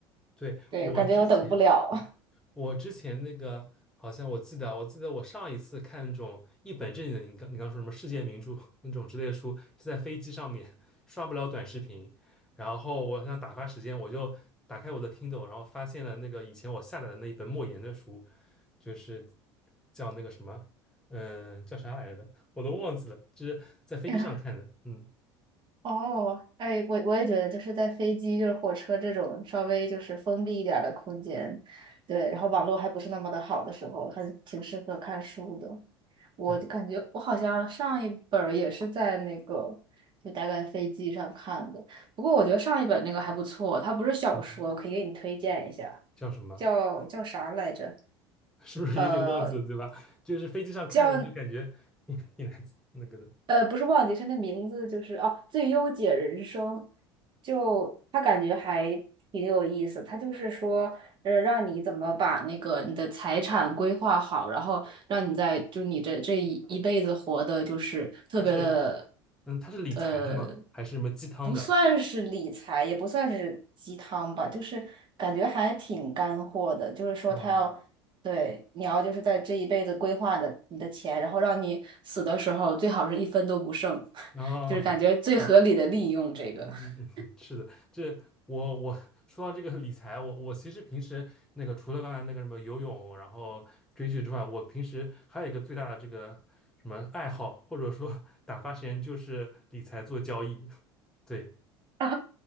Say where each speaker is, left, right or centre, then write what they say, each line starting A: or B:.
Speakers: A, in the centre; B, on the right (about 35°).
A: 对，
B: 对我感觉我等不了。
A: 我之前，嗯我之前那个好像我记得，我记得我上一次看那种一本正经的，你刚你刚说什么世界名著 <laughs> 那种之类的书，是在飞机上面刷不了短视频，然后我想打发时间，我就打开我的 Kindle，然后发现了那个以前我下载的那一本莫言的书，就是叫那个什么，嗯、叫啥来着的，我都忘记了，就是在飞机上看的，
B: <laughs>
A: 嗯，
B: 哦，哎，我我也觉得，就是在飞机、就是火车这种稍微就是封闭一点儿的空间，对，然后网络还不是那么的好的时候，还挺适合看书的。我就感觉我好像上一本儿也是在那个，
A: 对，
B: 就大概飞机上看的。不过我觉得上一本那个还不错，它不是小说，
A: 嗯，
B: 我可以给你推荐一下，
A: 叫什么？
B: 叫叫啥来着？
A: <laughs> 是不是有点忘记了，
B: 呃，
A: 对吧？就是飞机上看的，
B: 叫。
A: 就感觉挺挺难那个的。
B: 呃，不是忘记，是那名字就是哦，《最优解人生》就，他感觉还挺有意思。他就是说，呃，让你怎么把那个你的财产规划好，然后让你在就你这这一一辈子活的，就是特别的，
A: 他是，嗯，他是理财的吗？
B: 呃，
A: 还是什么鸡汤的？
B: 不算是理财，也不算是鸡汤吧，就是感觉还挺干货的。就是说，
A: 嗯，
B: 他要对，你要就是在这一辈子规划你的你的钱，然后让你死的时候最好是一分都不剩，
A: 然后对，
B: <laughs> 就是感觉最合理的利用这个。
A: 嗯嗯嗯，
B: <laughs>
A: 是的，这我我说到这个理财，我我其实平时那个除了刚才那个什么游泳，然后追剧之外，我平时还有一个最大的这个什么爱好，或者说打发时间就是理财做交易。<laughs> 对，
B: 啊，